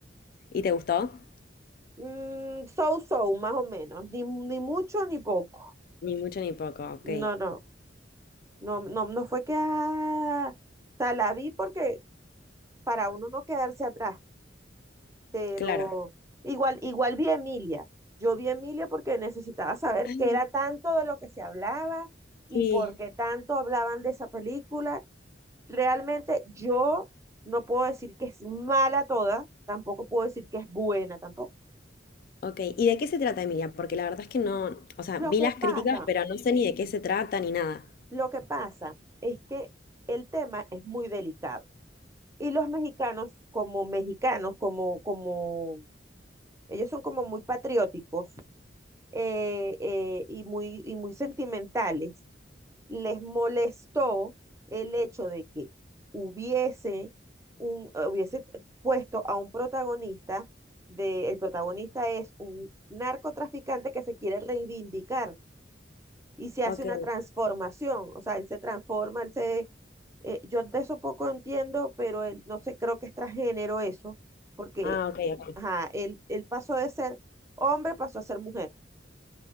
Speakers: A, on the left; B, on the right.
A: ¿Y te gustó?
B: Mm, so, so, más o menos. Ni, ni mucho ni poco.
A: Ni mucho ni poco, ok.
B: No, no, no, no, no fue que... ah, o sea, la vi porque para uno no quedarse atrás. Pero
A: Claro.
B: igual, igual vi a Emilia. Yo vi a Emilia porque necesitaba saber
A: Ay,
B: qué era tanto de lo que se hablaba y
A: sí.
B: por qué tanto hablaban de esa película. Realmente yo no puedo decir que es mala toda, tampoco puedo decir que es buena tampoco.
A: Ok, ¿y de qué se trata, Emilia? Porque la verdad es que no, o sea, vi
B: Lo que
A: las
B: pasa,
A: críticas, pero no sé ni de qué se trata ni nada.
B: lo que pasa es que el tema es muy delicado. Y los mexicanos, como mexicanos, como, como, ellos son como muy patrióticos eh, eh, y muy, y muy sentimentales. Les molestó el hecho de que hubiese, un, eh, hubiese puesto a un protagonista, de, el protagonista es un narcotraficante que se quiere reivindicar y se hace
A: Ok,
B: una transformación, o sea, él se transforma, él se... eh, yo de eso poco entiendo, pero él, no sé, creo que es transgénero eso, porque
A: ah, ok, ok.
B: ajá, él, él pasó de ser hombre, pasó a ser mujer.